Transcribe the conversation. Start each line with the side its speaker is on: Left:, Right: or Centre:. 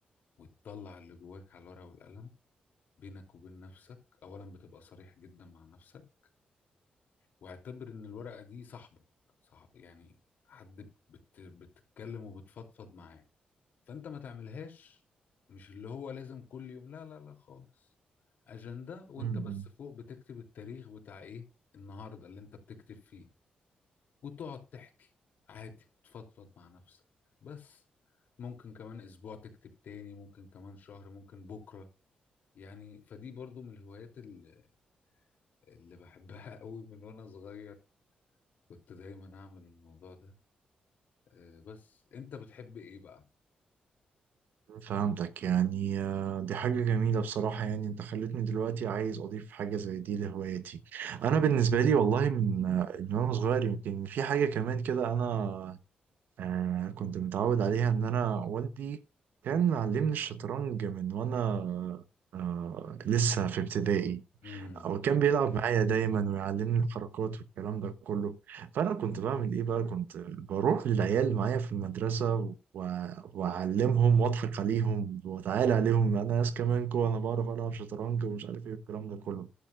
Left: وتطلع اللي جواك على الورقة والقلم بينك وبين نفسك اولا بتبقى صريح جدا مع نفسك واعتبر ان الورقة دي صاحبك صح يعني حد بت... بتتكلم وبتفضفض معاه فانت ما تعملهاش مش اللي هو لازم كل يوم لا لا لا خالص أجندة وانت
Right: مم.
Left: بس
Right: مم.
Left: فوق بتكتب التاريخ بتاع ايه النهاردة اللي انت بتكتب فيه وتقعد تحكي عادي وتفضفض مع نفسك بس ممكن كمان اسبوع تكتب تاني ممكن كمان شهر ممكن بكرة يعني فدي برضو من الهوايات ال- اللي بحبها <laughs> قوي من وانا صغير كنت دايما اعمل الموضوع ده آه، بس انت بتحب ايه بقى
Right: فهمتك يعني آه، دي حاجة جميلة بصراحة يعني انت خلتني دلوقتي عايز اضيف حاجة زي دي لهواياتي انا بالنسبة لي والله من آه، من وانا صغير يمكن في حاجة كمان كده انا آه، كنت متعود عليها ان انا والدي كان معلمني الشطرنج من وانا آه، لسه في ابتدائي
Left: امم
Right: هو كان بيلعب معايا دايما ويعلمني الحركات والكلام ده كله فانا كنت بعمل ايه بقى كنت بروح للعيال معايا في المدرسه و... واعلمهم واضحك عليهم واتعالى
Left: امم
Right: عليهم انا ناس كمان كو انا بعرف العب شطرنج ومش عارف ايه والكلام ده كله